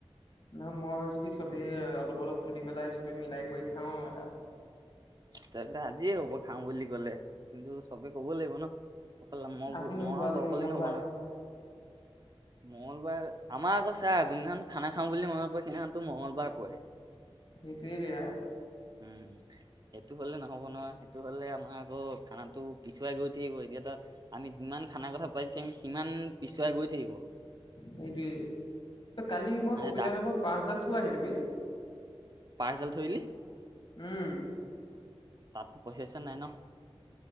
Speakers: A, on the left (about 55°); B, on the right (about 45°).
A: নহয় মই ভাবিছো কি চবেই অলপ অলপ তুলি পেলাই চবে মিলাই কৰি খাও এটা
B: চেল্লা আজিয়ে হব খাওঁ বুলি কলে কিন্তু চবে কব লাগিব ন? অকল মই
A: আজি নহ'ব
B: মই
A: আজি
B: তই অকলে
A: মঙ্গলবাৰ
B: নহব নহয় মঙলবাৰে আমাৰ আকৌ চাৰ যোনদিনাখন খানা খাওঁ তোলে মনত পৰে সেই দিনাখনো মঙলবাৰ পৰে
A: সেইটোৱেই বেয়া
B: উম সেইটো হ'লে নহ'ব নহয় সেইটো হ'লে আমাৰ আকৌ খানাটো পিছুৱাই গৈ থাকিব এতিয়া তা আমি যিমান খানা কথা পাতি থাকিম সিমান পিছুৱাই গৈ থাকিব
A: সেইটোৱে কালি মই
B: মানে
A: কপিলা
B: দা
A: নামৰ পাচডাল থৈ আহিলো বে
B: পাৰ্চেল থৈ আহিলি
A: উম
B: তাতো পইচা চইচা নাই ন